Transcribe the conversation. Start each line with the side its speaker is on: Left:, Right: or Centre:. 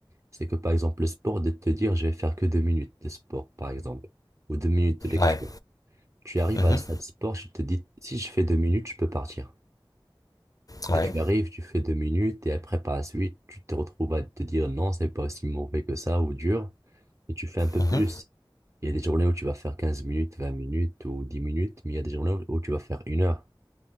Right: C'est que par exemple, le sport, de te dire je vais faire que deux minutes de sport, par exemple, ou deux minutes de lecture.
Left: ouais,
Right: Tu arrives
Left: mhm,
Right: à la salle de sport, je te dis si je fais deux minutes, je peux partir.
Left: ouais,
Right: Là, tu arrives, tu fais deux minutes et après, par la suite, tu te retrouves à te dire non, c'est pas aussi mauvais que ça ou dur et tu fais un peu
Left: mhm,
Right: plus. Il y a des journées où tu vas faire 15 minutes, 20 minutes ou 10 minutes, mais il y a des journées où où tu vas faire une heure.